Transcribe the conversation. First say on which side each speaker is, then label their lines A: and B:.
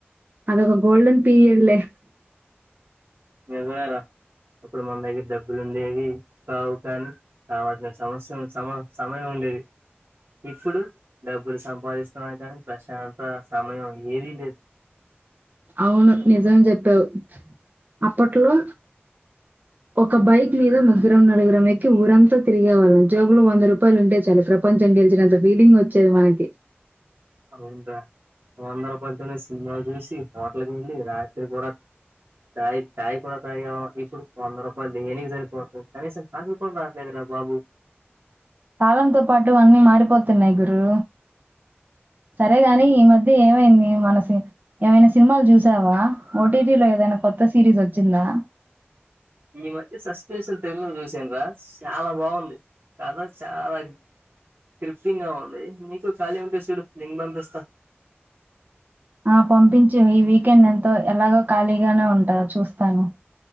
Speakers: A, on the right; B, on the right.
A: అదొక గోల్డన్ పీరియడ్లే
B: నిజమేర అప్పుడు మన దగ్గర డబ్బులు ఉండేవి కావు కనీ కాబట్టి నే సమస్య సమ సమయం ఉండేది ఇప్పుడు డబ్బులు సంపాదిస్తున్నామ్ కనీ ప్రశాంత సమయం ఏది లేదు
A: అవును నిజం చెప్పావు అప్పట్లో ఒక బైక్ మీద ముగ్గురం నలుగురం ఎక్ ఊరంతా తిరిగే వాళ్ళం జేబులో వంద రూపాయలు ఉంటె చాలు ప్రపంచం గెలిచినంత ఫీలింగ్ వచ్చేది మనకి
B: అవున్ర వంద రూపల్తోనే సినిమా జూసి హోటల్కెల్లి రాత్రి గూడ చాయ్ చాయ్ కూడ తాగాము ఇప్పుడు వంద రూపాయలు దేనికి సరిపోతుంది కానీసం కాఫీ క్కుడ రాట్లేదురా బాబు
A: కాలంతో పాటు అన్ని మారిపోతున్నయ్ గురూ సరే గనీ ఈ మధ్య ఏమైంది మనసి ఏమైన సినిమాలు చూసావా ఓ టీ టీ లో ఏదైనా కొత్త సిరీస్ వచ్చిందా
B: ఈ మధ్య సస్పెన్షన్ సినిమా చూసిన్ర చాలా బాగుంది కత చాలా తృప్తింగా ఉంది నీకు ఖాళీ ఉంటే చూడు లింక్ పంపిస్తా
A: ఆ పంపించు ఈ వీకెండ్ ఎంతో ఎలాగో ఖాళీగానే ఉంటాగ చూస్తాను